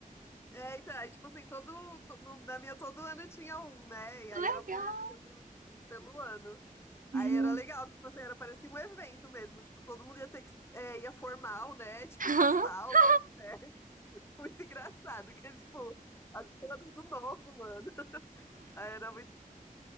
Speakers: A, on the left (about 15°); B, on the right (about 65°).
A: É, então, aí, tipo assim, todo, to- no- na minha todo ano tinha um, né? E
B: Legal.
A: aí era por, pelo, pelo ano.
B: Justo.
A: Aí era legal, tipo assim, era parecia um evento mesmo, tipo, todo mundo ia ter que, é, ia formal, né, tipo,
B: <laughs>
A: com salto, né, <laughs> muito engraçado, que é, tipo, as coisas do novo, mano, <laughs> aí era muito,